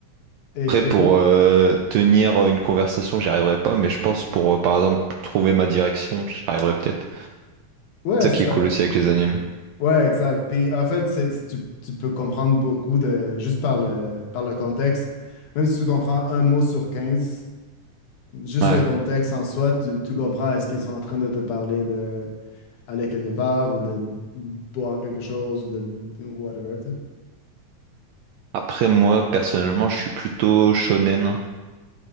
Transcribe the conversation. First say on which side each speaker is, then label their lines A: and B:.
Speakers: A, on the left; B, on the right.
A: Et,
B: Après, pour euh, tenir une conversation, j'y arriverai pas. Mais je pense pour, euh, par exemple, trouver ma direction, j'y arriverai peut-être.
A: Ouais,
B: C'est ça
A: c'est
B: qui
A: ça.
B: est cool aussi avec les animes.
A: Ouais, exact. Puis en fait, c'est, c'est- tu, tu peux comprendre beaucoup de juste par le, par le contexte. Même si tu comprends un mot sur 15, juste
B: Ouais.
A: le contexte en soi, tu, tu comprends est-ce qu'ils sont en train de te parler de aller quelque part ou de boire quelque chose ou de whatever, tu sais.
B: Après, moi, personnellement, je suis plutôt shonen.